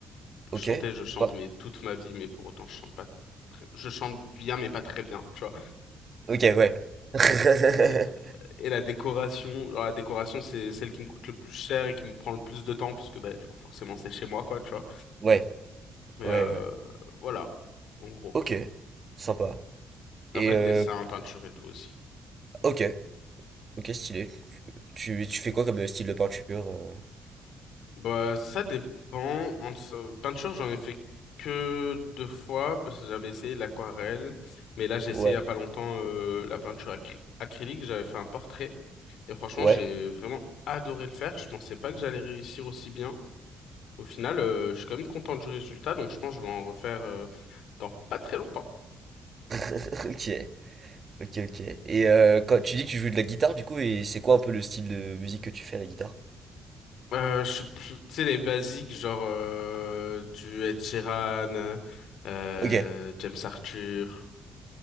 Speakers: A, on the right; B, on the left.
A: ok.
B: Chanter, je chante,
A: Sympa.
B: mais toute ma vie. Mais pour autant, je chante pas... très- Je chante bien, mais pas très bien, tu vois.
A: Ok, ouais. <laughs>
B: Euh, Et la décoration, alors la décoration, c'est celle qui me coûte le plus cher et qui me prend le plus de temps, parce que bah, du coup, forcément, c'est chez moi, quoi, tu vois.
A: Ouais,
B: Mais
A: ouais,
B: euh,
A: ouais.
B: voilà, en gros.
A: Ok, sympa.
B: Après,
A: Et
B: le
A: euh,
B: dessin, peinture et tout aussi.
A: ok, ok, stylé. Tu, tu fais quoi comme euh, style de peinture? euh
B: Bah, ça dépend. En so- Peinture, j'en ai fait que deux fois, parce que j'avais essayé l'aquarelle. Mais là, j'ai
A: Ouais,
B: essayé il y a pas longtemps euh, la peinture acry- acrylique. J'avais fait un portrait. Et franchement,
A: ouais,
B: j'ai vraiment adoré le faire. Je pensais pas que j'allais réussir aussi bien. Au final, euh, je suis quand même content du résultat, donc je pense que je vais en refaire euh, dans pas très longtemps.
A: <laughs> ok, ok, ok. Et euh, quand tu dis que tu joues de la guitare, du coup, et c'est quoi un peu le style de musique que tu fais à la guitare?
B: Euh, je suis plus- tu sais, les basiques, genre euh, du Ed Sheeran, euh,
A: Ok,
B: James Arthur,